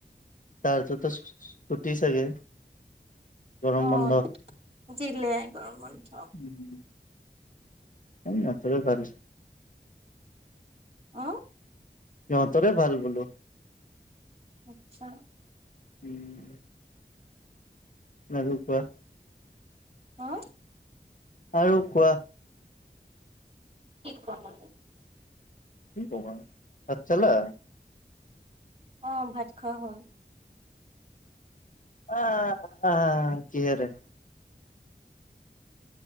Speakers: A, on the left; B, on the right.
A: তাৰটো টো ছু ছুটি চাগে। গৰম
B: অ
A: বন্ধ
B: দিলে গৰম বন্ধ।
A: উম এই সিহঁতৰে ভাল
B: অ
A: সিহঁতৰে ভাল বোলো
B: আচ্ছা।
A: উম আৰু কোৱা।
B: অ
A: আৰু কোৱা
B: কি কলা
A: কি ক'বা ভাত খালা।
B: অ ভাত খোৱা হ'ল।
A: আ আ কিহেৰে।